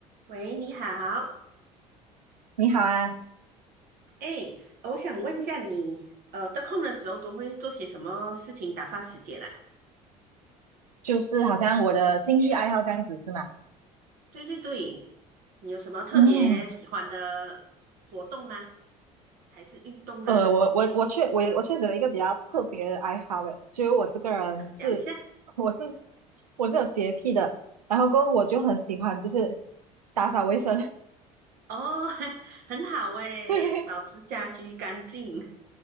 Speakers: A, on the right; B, on the right.
A: 喂，你好，
B: 你好啊，
A: 哎，我想问一下你，呃，得空的时候都会做些什么事情打发时间啦？
B: 就是好像我的兴趣爱好这样子是吗？
A: 对对对，你有什么特别喜欢的活动吗？
B: 嗯，
A: 还是运动啊之类的？
B: 呃，我我我确我我确实有一个比较特别的爱好诶，就是我这个人是我是
A: 分享一下
B: 我是有洁癖的，然后过后我就很喜欢就是
A: 哦，
B: 打扫卫生，
A: 哦，<laughs> 很好哎，
B: <laughs> 对
A: 保持家居干净。